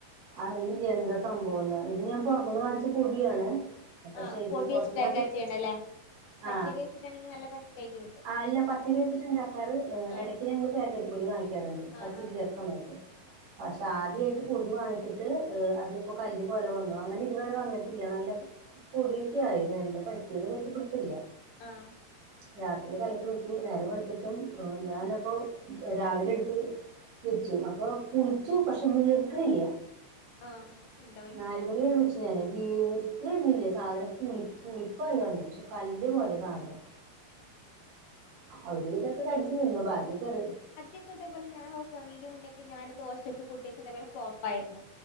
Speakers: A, on the right; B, on the left.
A: അറിയില്ല എന്താ സംഭവംന്ന് ഇത് ഞാൻ
B: ആഹ്
A: പൊർത്തൂന്ന് വാങ്ങിച്ച് പൊടിയാണ്. പക്ഷെ
B: ആഹ്
A: ഇത്
B: പൊടി
A: പൊർത്ത്ന്ന്
B: വെച്ചിട്ടേക്കാരം
A: <unintelligible>
B: ചെയ്യണ്ടല്ലേ
A: ആ
B: പച്ചരി വെച്ചിട്ടാണെങ്കി നല്ല പക്കായിട്ട് കിട്ടും
A: ആ ഇല്ല പച്ചരി വെച്ചിട്ട്ണ്ടാക്കാറ് ഏ
B: ആഹ്
A: എടക്ക് ഞങ്ങള് പാക്കറ്റ് പൊടി വാങ്ങി ക്കാറുണ്ട് പച്ചരി
B: ആഹ് ആഹ്
A: ചെല സമയത്ത് പക്ഷെ ആദ്യായിട്ട് പൊടി വാങ്ങിച്ചിട്ട് ഹ് അത്പ്പോ കല്ല് പോലെ വന്നു അങ്ങനെ ഇതുവരെ വന്നിട്ടില്ല നല്ല പോടീടെ ആയിരുന്നോ എന്താ പറ്റിയതെന്ന് പുട്ത്തല്ല.
B: ആഹ്
A: രാത്രില് കലക്കി വെച്ച് നേരം വെളുത്തിട്ടും ആ ഞാനപ്പോ രാവിലെ എട്ത്ത് വെച്ചു അപ്പൊ പുളിച്ചു പക്ഷെ വീർക്ക്ണില്ല
B: ആഹ് എന്താ പറ്റാ
A: നാലു മണി വരെ വെച്ച് ക്കിയാണ് വീർക്ക്ണില്ല സാധനം പുളി പുളിപ്പായി വന്നു പക്ഷെ കല്ല് പോലെ
B: ആഹ്
A: സാധനം അ ഒരു വിധോക്കെ കടിച്ച് തിന്നു ബാക്കി കറി
B: ഇൻക്ക്തേ പോലെ ഞാൻ ഹൗസ് വാമിംഗ്ൻ്റെ മുന്നെക്കെ ഞാൻ ദോശക്ക് കൂട്ടിച്ചേ ഇതേപോലെ ഫ്ലോപ്പായിരുന്നു.